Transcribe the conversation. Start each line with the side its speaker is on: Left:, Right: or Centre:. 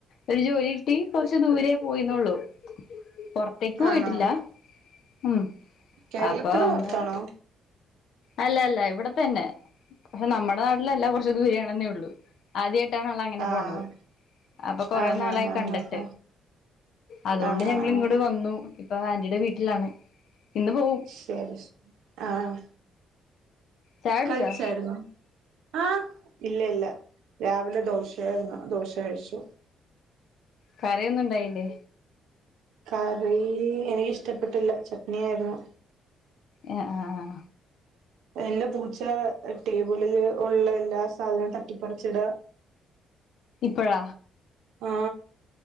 Left: ഒരു ജോലി ട്ടി കുറച്ച് ദൂരേ പോയിന്നള്ളു പുറത്തേക്ക് പോയിട്ടില്ല
Right: ആണോ
Left: ഉം
Right: കേരളത്തിന്
Left: അപ്പൊ അന്ന്
Right: പുറത്താണോ
Left: അല്ല അല്ല ഇവിടെ തന്നെ പക്ഷെ നമ്മടെ നാട്ടിലല്ല കുറച്ച് ദൂരയാണെന്നേ ഉള്ളു ആദ്യയായി- ട്ടാണ് അങ്ങനെ
Right: ആഹ്
Left: പോണത് അപ്പൊ കൊറെ
Right: ആഹ്
Left: നാളായി
Right: ആഹ് ആഹ്
Left: കണ്ടിട്ട്
Right: ആഹ് ആഹ് ആഹ്
Left: അതുകൊണ്ട്
Right: ആഹ്
Left: ഞങ്ങള്
Right: ആഹ്
Left: ഇങ്ങട്ട വന്നു ഇപ്പൊ ആന്റിയുടെ വീട്ടിലാണ് ഇന്ന് പോവും
Right: ശരി ശരി ആഹ
Left: ചായ കുടിച്ചോ
Right: കയിച്ചായിരുന്നു ആ ഇല്ല ഇല്ല രാവിലെ ദോശയരുന്നു ദോശ കഴിച്ചു
Left: കറിയോന്നും ഇണ്ടായില്ലേ
Right: കറി എനിക്ക്ഷ്ടപ്പെട്ടില്ല ചട്നി ആായിരുന്നു
Left: ആ ആ ആ
Right: എന്റെ പൂച്ച ടേബിളില് ഉള്ള എല്ലാ സാധനവും തട്ടിപ്പറിച്ചിട
Left: പ്പയ
Right: ആ